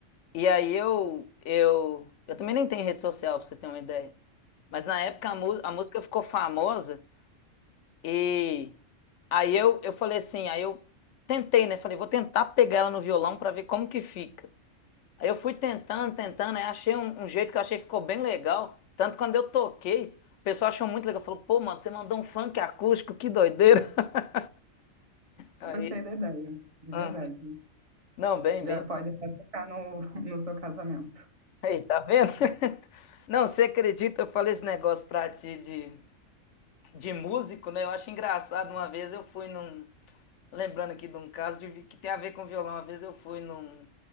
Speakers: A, on the left; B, on the right.
A: E aí eu, eu, eu também nem tenho rede social, pra você ter uma ideia. Mas na época a, mu- a música ficou famosa e aí eu, eu falei assim, aí eu tentei, né? Falei, vou tentar pegar ela no violão pra ver como que fica. Aí eu fui tentando, tentando, aí achei um, um jeito que eu achei que ficou bem legal. Tanto que quando eu toquei, o pessoal achou muito legal. Falou, pô, mano, você mandou um funk acústico, que doideira. <laughs> Aí,
B: Gostei da ideia, de
A: aham.
B: verdade.
A: Não, bem,
B: Já
A: bem.
B: pode até tocar no, <laughs> no seu casamento.
A: Aí, tá vendo? <laughs> Não, você acredita? Eu falei esse negócio pra ti de, de músico, né? Eu acho engraçado. Uma vez eu fui num, Lembrando aqui de um caso de vi- que tem a ver com violão. Uma vez eu fui num,